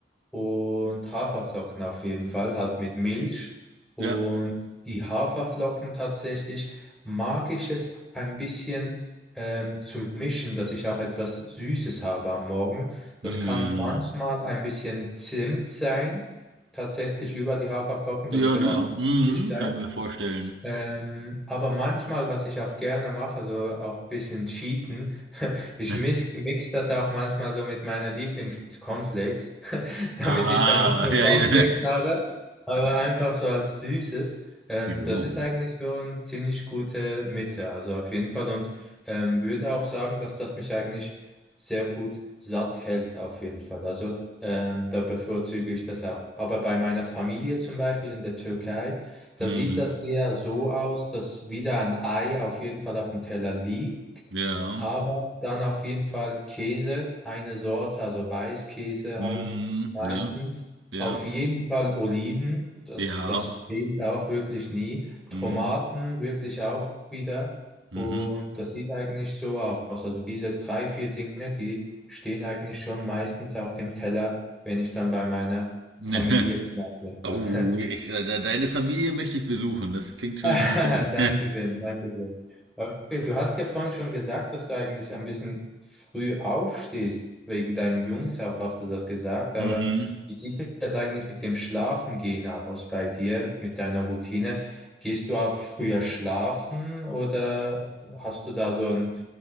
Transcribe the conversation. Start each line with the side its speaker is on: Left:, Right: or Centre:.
Centre: und Haferflocken auf jeden Fall, halt mit Milch. Und
Right: ja.
Centre: die Haferflocken tatsächlich mag ich es ein bisschen ähm, zu mischen, dass ich auch etwas Süßes habe am Morgen. Das
Right: Mhm.
Centre: kann manchmal ein bisschen Zimt sein, tatsächlich über die Haferflocken, dass
Right: Ja,
Centre: es immer
Right: ne?
Centre: noch
Right: Mhm.
Centre: nicht bleibt.
Right: Kann ich mir vorstellen.
Centre: Ähm, aber manchmal, was ich auch gerne mache, so auch ein bisschen cheaten, <laughs> ich
Right: <laughs>
Centre: mix, mix das auch manchmal so mit meiner Lieblings-Cornflakes, <laughs> damit
Right: Ah,
Centre: ich dann nicht nur
Right: ja,
Centre: Cornflakes
Right: ja.
Centre: habe, aber einfach
Right: <laughs>
Centre: so als Süßes. Ähm,
Right: Jo.
Centre: das ist eigentlich schon ziemlich gute Mitte, also auf jeden Fall. Und ähm, würde auch sagen, dass das mich eigentlich sehr gut satt hält, auf jeden Fall. Also ähm, da bevorzuge ich das auch. Aber bei meiner Familie zum Beispiel in der Türkei, da
Right: Mhm.
Centre: sieht das eher so aus, dass wieder ein Ei auf jeden Fall auf dem Teller liegt,
Right: Ja.
Centre: aber dann auf jeden Fall Käse, eine Sorte, also Weißkäse
Right: Mhm,
Centre: halt meistens.
Right: ne? Ja.
Centre: Auf jeden Fall Oliven, das,
Right: Ja.
Centre: das fehlt auch wirklich nie. Tomaten
Right: Mhm.
Centre: wirklich auch wieder.
Right: Mhm.
Centre: Und das sieht eigentlich so aus. Also diese drei, vier Dinge, die stehen eigentlich schon meistens auf dem Teller, wenn ich dann bei meiner
Right: <laughs>
Centre: Familie bin, auf jeden
Right: Oh,
Centre: Fall.
Right: ich,
Centre: <laughs>
Right: de de deine Familie möchte ich besuchen. Das klingt schon
Centre: <laughs> Dankeschön,
Right: schön. <laughs>
Centre: Dankeschön. Okay, du hast ja vorhin schon gesagt, dass du eigentlich ein bisschen früh aufstehst, wegen deinen Jungs auch, hast du das gesagt, aber
Right: Mhm.
Centre: wie sieht das eigentlich mit dem Schlafengehen aus bei dir, mit deiner Routine? Gehst du auch früher schlafen oder hast du da so ein,